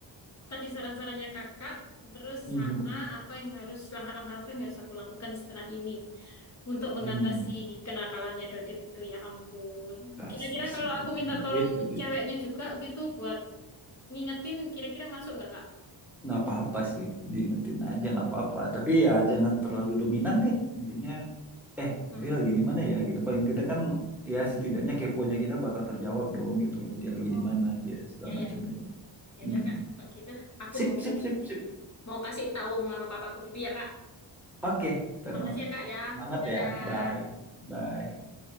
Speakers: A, on the left; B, in the centre.
A: tadi saran-sarannya kakak terus
B: Mhm.
A: sama apa yang harus langkah-langkah apa yang harus aku lakukan setelah ini Untuk mengatasi
B: Hmm.
A: kenakalannya Dodit itu ya ampun.
B: Dasar
A: Kira-kira
B: si
A: kalau
B: pelit.
A: aku minta tolong
B: Jadi
A: ceweknya juga gitu buat ngingetin, kira-kira masuk nggak Kak?
B: nggak apa-apa sih, diingetin aja nggak apa-apa. Tapi ya jangan terlalu dominan deh. Intinya, eh
A: Hmm.
B: dia lagi di mana ya gitu. Paling tidak kan ya setidaknya keponya kita bakal terjawab dong gitu loh. Dia lagi
A: Oh,
B: di mana, dia segala
A: ya
B: macam
A: ya.
B: gitu.
A: Ya
B: Mm-mm.
A: udah Kak, kalau gitu aku
B: Sip,
A: mau
B: sip, sip, sip.
A: mau kasih tahu mama papaku dulu ya Kak.
B: Oke, Reno.
A: Makasih ya Kak ya.
B: Semangat
A: Dadah.
B: ya. Bye. Bye.